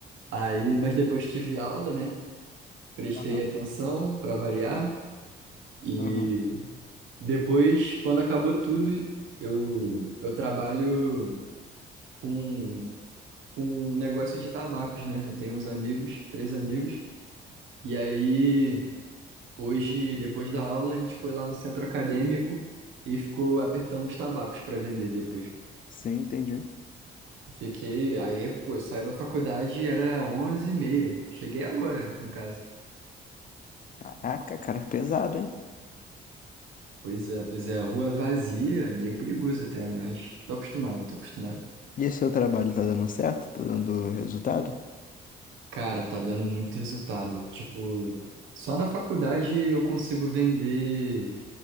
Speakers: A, on the right; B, on the left.
A: Aí, mas depois tive aula, né? Prestei
B: Aham,
A: atenção pra variar. E
B: aham.
A: Depois, quando acabou tudo, eu, eu trabalho com, com um negócio de tabacos, né? Eu tenho uns amigos, três amigos,
B: Sim,
A: e aí hoje, depois da aula, a gente foi lá no centro acadêmico e ficou apertando os tabacos para vender depois.
B: Sim, entendi.
A: Fiquei, aí, pô, eu saí da faculdade, era onze e meia. cheguei agora em casa.
B: Caraca, cara, pesado, hein?
A: Pois é, pois é, rua vazia, meio perigoso até, mas tô acostumado, tô acostumado.
B: E esse seu trabalho tá dando certo? Tá dando resultado?
A: Cara, tá dando muito resultado. Tipo, só na faculdade eu consigo vender.